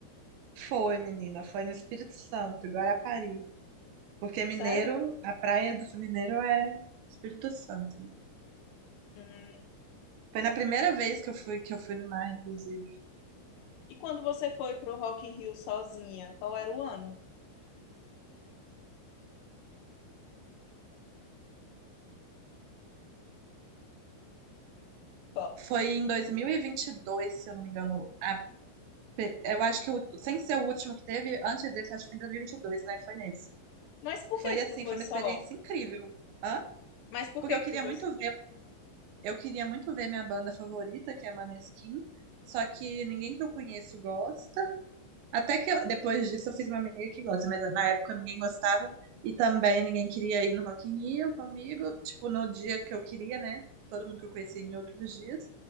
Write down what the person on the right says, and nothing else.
Foi, menina, foi no Espírito Santo, em Guarapari. Porque
mineiro, a praia do Mineiro é Espírito Santo.
Foi na primeira vez que eu fui, que eu fui no mar, inclusive.
Foi em dois mil e e vinte e dois se eu não me engano. A pe- eu acho que, o- sem ser o último que teve, antes desse, acho que foi em 2022, né? Foi nesse.
Foi
assim,
foi uma
experiência incrível. Hã?
Porque
eu queria
muito
ver Eu queria muito ver minha banda favorita, que é Maneskin, só que ninguém que eu conheço gosta. Até que eu- depois disso eu fiz uma amiga que gosta, mas na época ninguém gostava e também ninguém queria ir no Rock in Rio comigo, tipo no dia que eu queria, né? Todo mundo que eu conheci em outros dias.